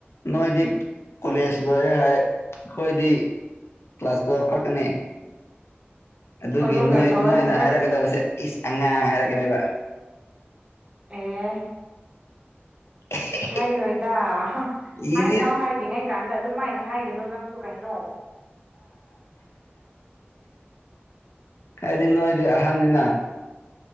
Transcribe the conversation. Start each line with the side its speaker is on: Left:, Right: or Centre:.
Left: ꯅꯣꯏꯗꯤ ꯀꯣꯂꯦꯖ ꯂꯣꯏꯔꯦ ꯍꯥꯏ ꯑꯩꯈꯣꯏꯗꯤ ꯀ꯭ꯂꯥꯁ ꯇꯨꯌꯦꯜꯄ ꯈꯛꯇꯅꯦ ꯑꯗꯨꯒꯤ
Right: ꯑꯗꯣ ꯀꯩ
Left: ꯅꯣꯏ
Right: ꯇꯧꯋꯦ
Left: ꯅꯣꯏꯅ
Right: ꯍꯥꯏꯅꯣ ꯀꯛ
Left: ꯍꯥꯏꯔꯛꯀꯗꯕꯁꯦ ꯏꯁ ꯑꯉꯥꯡ ꯍꯥꯏꯔꯛꯀꯅꯦꯕ
Right: ꯑꯦ
Left: <unintelligible>
Right: ꯍꯥꯏꯔꯣꯏꯗ ꯍꯥꯏꯐꯥꯎ
Left: ꯏꯁ ꯏꯁ
Right: ꯍꯥꯏꯗꯤꯉꯩ ꯀꯥꯟꯗ ꯑꯗꯨꯃꯥꯏꯅ ꯍꯥꯏꯒꯅꯨ ꯅꯪꯁꯨ ꯀꯩꯅꯣ
Left: ꯍꯥꯏꯗꯤ ꯅꯣꯏꯗꯤ ꯑꯍꯟꯅꯤꯅ